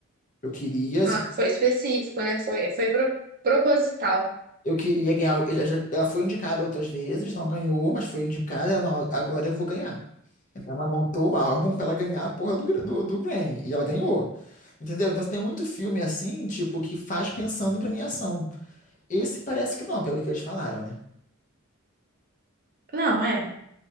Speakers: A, on the left; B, on the right.
A: Eu queria, esse-
B: Ah, foi específico, né? Foi, foi pro- proposital.
A: eu queria ganhar. o- Ela já- ela foi indicada outras vezes, não ganhou, mas foi indicada. Ela, não, agora eu vou ganhar. Então ela montou o álbum pra ela ganhar a porra do, gra- do, do Grammy. E ela ganhou. Entendeu? Então tem muito filme assim, tipo, que faz pensando em premiação. Esse parece que não, pelo que eles falaram, né?
B: Não, é.